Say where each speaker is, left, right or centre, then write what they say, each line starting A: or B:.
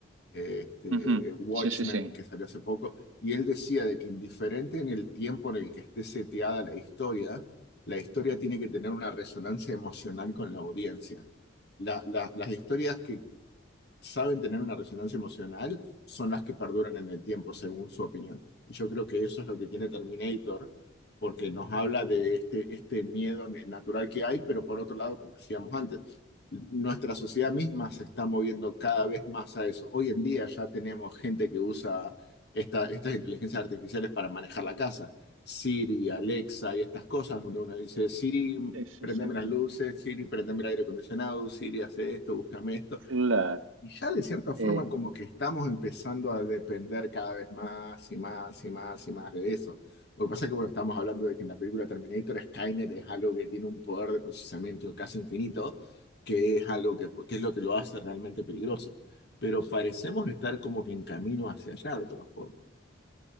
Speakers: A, on the left; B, on the right.
A: este,
B: ujú,
A: Watchmen,
B: Sí, sí, sí.
A: que salió hace poco, y él decía de que indiferente en el tiempo en el que esté seteada la historia, la historia tiene que tener una resonancia emocional con la audiencia. La- la- las historias que saben tener una resonancia emocional son las que perduran en el tiempo, según su opinión. Y yo creo que eso es lo que tiene Terminator, porque nos habla de este, este miedo natural que hay, pero por otro lado, como decíamos antes, nuestra sociedad misma se está moviendo cada vez más a eso. Hoy en día ya tenemos gente que usa esta- estas inteligencias artificiales para manejar la casa. Siri, Alexa y estas cosas, donde uno dice, Siri,
B: Sí, sí,
A: prendeme
B: sí.
A: las luces, Siri, prendeme el aire acondicionado, Siri, hace esto, búscame esto.
B: Claro.
A: Y ya de cierta forma
B: Eh,
A: como que estamos empezando a depender cada vez más y más y más y más de eso. Lo que pasa es que bueno, estamos hablando de que en la película Terminator Skynet es algo que tiene un poder de procesamiento casi infinito, que es algo que, que es lo que lo hace realmente peligroso. Pero parecemos estar como que en camino hacia allá de todas formas.